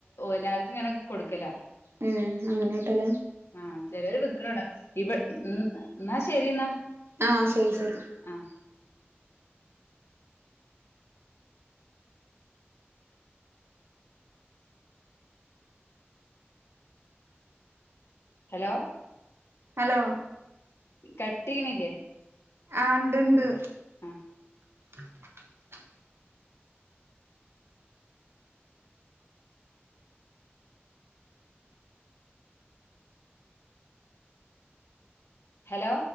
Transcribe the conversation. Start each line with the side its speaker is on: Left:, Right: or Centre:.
Left: എല്ലാർക്കും ഇങ്ങനെ കൊടുക്കല
Right: ഉം അങ്ങനൊട്ടല
Left: ആഹ ചിലവര് വിൽക്കണ് അവിടെ ഇവർ ഉ എന്നാ ശരി എന്നാ
Right: ആ ശരി ശരി
Left: ആഹ് ഹലോ
Right: ഹലോ
Left: കട്ട്‌ ചെയ്യണില്ലേ
Right: ആണ്ട്ണ്ട്
Left: ആഹ്
Right: <unintelligible>
Left: ഹലോ